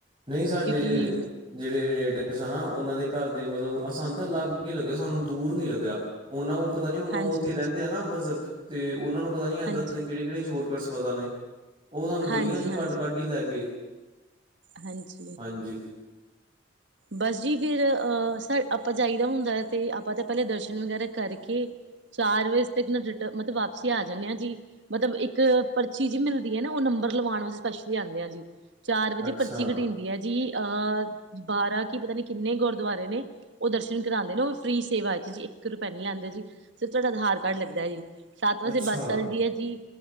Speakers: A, on the right; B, on the right.
A: ਨਹੀਂ ਸਾਡੇ
B: ਕਿਉਂਕਿ
A: ਜਿਹੜੇ ਰੇ ਨਾ ਉਹਨਾਂ ਦੇ ਘਰ ਦੇ ਮਤਲਬ ਸਾਨੂੰ ਤਾਂ ਲਾਗੇ ਹੀ ਲੱਗਿਆ ਸਾਨੂੰ ਦੂਰ ਨੀ ਲੱਗਿਆ ਉਹਨਾਂ ਨੂੰ ਪਤਾ ਨੀ ਹੁਣ ਉਹ
B: ਹਾਂਜੀ,
A: ਉੱਥੇ ਰਹਿੰਦੇ ਆ ਨਾ ਅੰਮ੍ਰਿਤਸਰ ਤੇ ਉਹਨਾਂ ਨੂੰ ਪਤਾ ਨੀ ਏਦਾਂ
B: ਹਾਂਜੀ,
A: ਕਿਹੜੇ-ਕਿਹੜੇ ਸ਼ੋਰਟਕੱਟਸ ਪਤਾ ਨੇ ਉਹ ਸਾਨੂੰ ਗਲੀਆਂ
B: ਹਾਂਜੀ,
A: ਚੋਂ
B: ਹਾਂਜੀ,
A: ਕੱਢ-ਕੱਢ ਹੀ ਲੈ ਗ
B: ਹਾਂਜੀ
A: ਹਾਂਜੀ
B: ਬਸ ਜੀ ਫਿਰ ਅਹ ਆਪਾਂ ਜਾਈਦਾ ਹੁੰਦਾ ਤੇ ਆਪਾਂ ਤਾਂ ਪਹਿਲੇ ਦਰਸ਼ਨ ਵਗੈਰਾ ਕਰਕੇ ਚਾਰ ਵਜੇ ਤ ਰਿ ਮਤਲਬ ਵਾਪਸੀ ਆ ਜਾਂਦੇ ਹਾਂ ਜੀ ਮਤਲਬ ਇੱਕ ਪਰਚੀ ਜੀ ਮਿਲਦੀ ਐ ਨਾ। ਉਹ ਨੰਬਰ ਲਵਾਉਣ ਵਾਸਤੇ ਸਪੇਛਲੀ ਆਉਂਦੇ ਆ ਜੀ ਚਾਰ ਵਜੇ
A: ਅੱਛਾ
B: ਪਰਚੀ ਕਟੀਂ ਦੀ ਹੈ ਜੀ ਅਹ ਬਾਰਾ ਕੀ'ਪਤਾ ਨੀ ਕਿੰਨੇ ਗੁਰਦੁਆਰੇ ਨੇ? ਉਹ ਦਰਸ਼ਨ ਕਰਾਉਂਦੇ ਨੇ ਫੀ' ਸੇਵਾ ਚ' ਜੀ ਇੱਕ ਰੁਪਇਆ ਨੀ ਲੈਂਦੇ ਜੀ ਸਿਰ ਤੁਹਾਡਾ ਆਧਾਰ ਕਾਰਡ ਲੱਗਦਾ ਜੀ ਸੱਤ ਵਜੇ
A: ਅੱਛਾ
B: ਬੱਸ ਚੱਲਦੀ ਹੈ ਜੀ।